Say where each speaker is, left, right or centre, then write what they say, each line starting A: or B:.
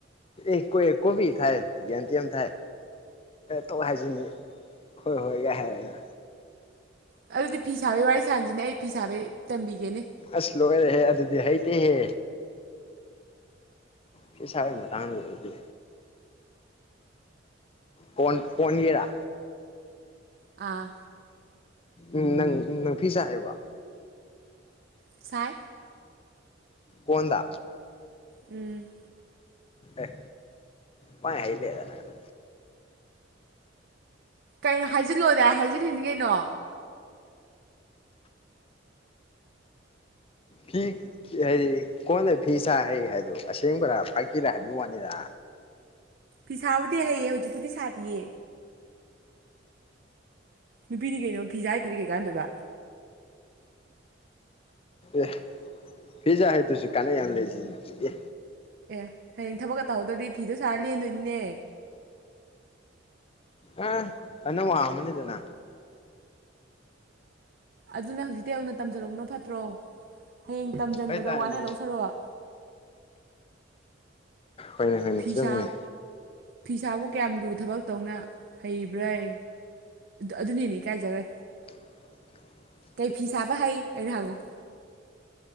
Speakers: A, on the left (about 30°); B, on the right (about 50°).
A: ꯑꯦ ꯀꯣꯕꯤ ꯊꯥꯏ ꯌꯦꯟꯗꯦꯝ ꯊꯥꯏ ꯊꯣꯛ ꯍꯥꯏꯁꯤꯅꯤ ꯍꯣꯏ ꯍꯣꯏꯒ ꯍꯥꯏꯔꯒ
B: ꯑꯗꯨꯗꯤ ꯐꯤ ꯁꯥꯕꯩ ꯋꯥꯔꯤ ꯁꯥꯥꯟꯁꯤꯅꯦ ꯑꯩ ꯐꯤ ꯁꯥꯕꯩ ꯇꯝꯕꯤꯒꯦꯅꯦ
A: ꯑꯁ ꯂꯣꯏꯔꯦꯍꯦ ꯑꯗꯨꯗꯤ ꯍꯩꯇꯦꯍꯦ ꯐꯤ ꯁꯥꯕꯒꯤ ꯃꯇꯥꯡꯗꯨꯗꯗꯤ ꯀꯣꯟ ꯄꯣꯟꯖꯦꯔꯥ
B: ꯑꯥ
A: ꯎꯝ ꯅꯪ ꯅꯪ ꯐꯤꯁ ꯍꯥꯏꯕ꯭ꯔꯣ
B: ꯁꯥꯏ
A: ꯀꯣꯟꯗ
B: ꯎꯝ
A: ꯑꯦ ꯄꯥꯏ ꯍꯥꯏ ꯂꯩꯔꯝꯃꯦꯅ
B: ꯀꯩꯅꯣ ꯍꯥꯏꯖꯤꯜꯂꯣꯗꯥꯢ ꯍꯥꯏꯖꯤꯜꯂꯤꯅꯤ ꯀꯩꯅꯣ
A: ꯐꯤ ꯍꯥꯏꯗꯤ ꯀꯣꯟꯗ ꯐꯤ ꯁꯥ ꯍꯩ ꯍꯥꯏꯗꯣ ꯑꯁꯦꯡꯕꯔꯥ ꯐꯥꯒꯤꯔꯥ ꯍꯥꯏꯕꯒꯤ ꯋꯥꯅꯤꯗ
B: ꯐꯤꯁꯥꯕꯨꯗꯤ ꯍꯩꯌꯦ ꯍꯧꯖꯤꯛꯄꯨꯗꯤ ꯁꯥꯗꯤꯌꯦ ꯅꯨꯄꯤꯗꯤ ꯀꯩꯅꯣ ꯐꯤ ꯁꯥꯥ ꯍꯩꯇꯗꯤ ꯀꯩ ꯀꯥꯟꯗꯣꯢꯕ
A: ꯑꯦ ꯐꯤ ꯁꯥ ꯍꯥꯏꯗꯨꯁꯨ ꯀꯥꯟꯅ ꯌꯥꯝ ꯂꯩꯁꯤ ꯑꯦ
B: ꯑꯦ ꯍꯌꯦꯡ ꯊꯕꯛꯀ ꯇꯧꯍꯧꯗ꯭ꯔꯗꯤ ꯐꯤꯗꯣ ꯁꯥꯔ ꯂꯦꯟꯗꯣꯏꯅꯤꯅꯦ
A: ꯑ ꯑꯗꯨꯅ ꯋꯥ ꯑꯃꯅꯤꯗꯅ
B: ꯑꯗꯨꯅ ꯍꯧꯖꯤꯛꯇꯩ ꯍꯧꯅ ꯇꯝꯁꯤꯜꯍꯧꯕꯅ ꯐꯠꯇ꯭ꯔꯣ ꯍꯌꯦꯡ ꯇꯝꯁꯤꯟꯕꯗ
A: ꯑꯣꯏꯇꯥꯔꯗꯤ
B: ꯋꯥꯅꯗꯧ ꯁꯔꯨꯛ
A: ꯍꯣꯏꯅꯦ ꯍꯣꯏꯅꯦ
B: ꯐꯤꯁꯥ
A: ꯆꯨꯝꯃꯤꯅꯦ
B: ꯐꯤꯁꯥꯕꯨ ꯀꯌꯥꯝ ꯂꯨ ꯊꯕꯛ ꯇꯧꯅ ꯍꯩꯕ꯭ꯔꯩ ꯑꯗꯨꯅꯦ ꯍꯦꯟꯅ ꯢꯀꯥꯏꯖꯒ꯭ꯔꯦ
A: <inaudible>
B: ꯀꯩ ꯐꯤ ꯁꯥꯕ ꯍꯩ ꯑꯅ ꯍꯪꯉꯨ